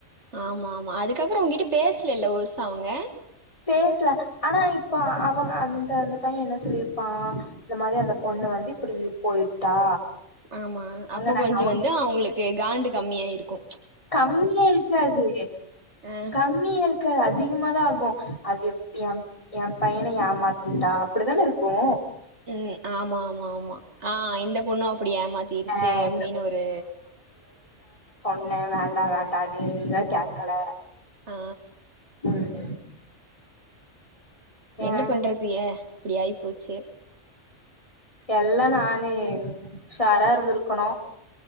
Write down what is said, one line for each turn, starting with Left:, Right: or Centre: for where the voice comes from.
Right: ஆமா ஆமா அதுக்கப்ரோ உங்கிட்ட பேஸ்சல ஒருஸ் அவங்க
Left: பேசல ஆனா இப்ப அவங்க அந்த அந்த பைய என்ன சொல்லியிருப்பா இந்த மாறி அந்த பொண்ணு வந்து இப்டி போயிட்டா
Right: ஆமா
Left: அவங்க
Right: அப்ப கொஞ்ச
Left: அவங்க
Right: வந்து அவங்களுக்கு காண்டு கம்மியாயிருக்கோ
Left: கம்மியா இருக்காது
Right: ஆ
Left: கம்மியா இருக்காது அது அதிகமதா ஆகு அது எ எ பையன ஏமாத்திட்டா அப்டித்தானே இருக்கு
Right: ம் ஆமா ஆமா ஆமா ஆஹ் இந்த பொண்ணு அப்டி ஏமாத்திருச்சு
Left: ஆ
Right: அப்டின்னு
Left: இந்த
Right: ஒரு
Left: என்ன வேண்டா வேண்டானு நீதா கேக்கல
Right: ஆ
Left: உம்
Right: என்ன
Left: ஏங்க
Right: பண்றது ஏ இப்படி ஆய் போச்சு
Left: எல்லா நானு உஷாரா இருந்திருக்கணு